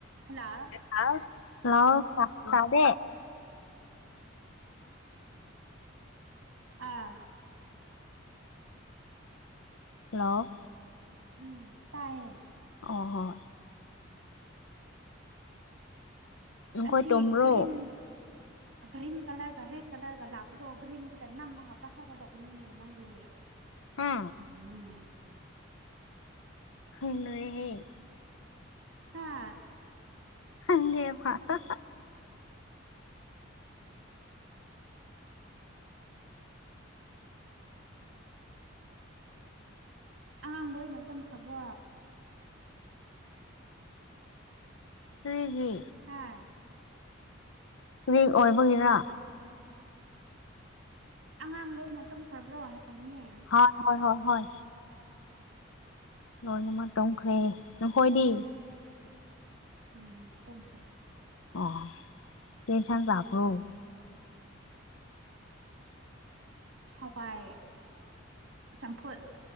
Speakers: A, on the right; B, on the left.
A: hello
B: hello hello ꯇꯥꯗꯦ
A: ꯑꯥ
B: hello
A: ꯎꯝ ꯇꯥꯏꯌꯦ
B: ꯑꯣ ꯍꯣꯏ ꯅꯈꯣꯏ
A: ꯑꯁꯤ
B: ꯇꯣ꯭ꯔꯣ
A: ꯒ꯭ꯔꯤꯟ ꯒ꯭ꯔꯤꯟ ꯀꯂꯔꯒ ꯔꯦꯗ ꯀꯂꯔꯒ ꯂꯥꯛꯄꯗꯣ ꯒ꯭ꯔꯤꯟꯗꯨꯗ ꯅꯝꯃꯒ ꯄꯥꯈꯠꯀꯗꯧꯕꯅꯤꯅꯦ ꯅꯪꯗꯤ
B: ꯍꯥ
A: ꯑꯔ ꯏꯅꯅꯦ
B: ꯍꯅꯔꯦ ꯍꯌꯦ
A: ꯍꯥꯥ
B: ꯍꯟꯗ ꯐꯥꯁ
A: ꯑꯉꯥꯡꯗ ꯑꯣꯏꯅ ꯇꯨꯝꯈ꯭ꯔꯕꯣ
B: ꯀꯩꯒꯤ
A: ꯍꯥꯥ
B: ꯔꯦꯛ ꯑꯣꯏꯕꯒꯤꯔꯥ
A: ꯑꯉꯥꯡ ꯂꯣꯏꯅ ꯇꯨꯝꯈ꯭ꯔꯕ꯭ꯔꯣ ꯍꯥꯏꯕꯅꯦ
B: ꯍ ꯍꯣꯏ ꯍꯣꯏ ꯍꯣꯏ ꯂꯣꯏꯅꯃ ꯇꯣꯡꯈ꯭ꯔꯦ ꯅꯈꯣꯏꯗꯤ
A: ꯎ ꯎꯝ ꯇꯝꯈ꯭ꯔꯦ
B: ꯑꯣ ꯀꯁꯪ ꯕ꯭ꯔꯣ
A: ꯍꯋꯥꯏ ꯆꯝꯐꯨꯠ